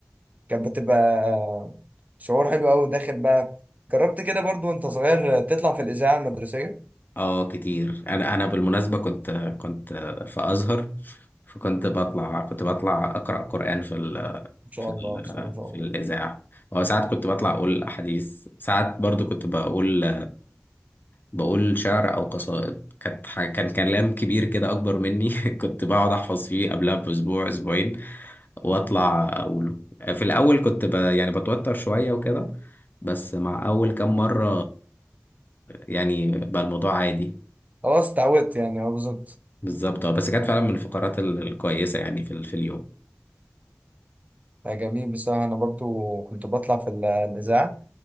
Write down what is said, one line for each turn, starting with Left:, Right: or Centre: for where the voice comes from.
Right: كانت بتبقى شعور حلو قوي داخل بقى جربت كده برضو وانت صغير تطلع في الإذاعة المدرسية
Left: اه كتير انا انا بالمناسبه كنت كنت في ازهر فكنت بطلع كنت بطلع اقرا قران في ال
Right: ان شاء
Left: في ال
Right: الله ان شاء الله إن شاء
Left: في
Right: الله.
Left: الاذاعه او ساعات كنت بطلع اقول احاديث ساعات برضو كنت بقول بقول شعر او قصائد كانت ح- كان كلام كبير كده اكبر مني <laughs> كنت بقعد احفظ فيه قبلها باسبوع اسبوعين واطلع اقوله في الاول كنت ب... يعني بتوتر شوية وكده بس مع اول كام مرة يعني بقى الموضوع عادي
Right: خلاص اتعودت يعني اه بالظبط
Left: بالظبط آه، بس كانت فعلا من الفقرات ال- الكويسة يعني في ال- في اليوم
Right: لا، جميل بصراحه انا برضو كنت بطلع في ال- الاذاعه